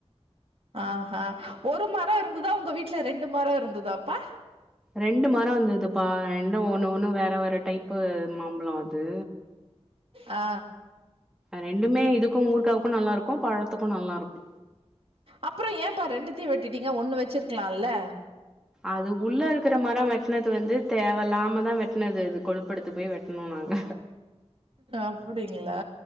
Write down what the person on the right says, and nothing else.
ஆ ஒரு மர இருந்ததா உங்க வீட்டல ரெண்டு மர இருந்ததாப்பா
ஆ
அப்புற ஏன்பா ரெண்டுத்தையு வெட்டிட்டீங்க ஒண்ணு வச்சிருக்கலாம்ல்ல
அப்டிங்களா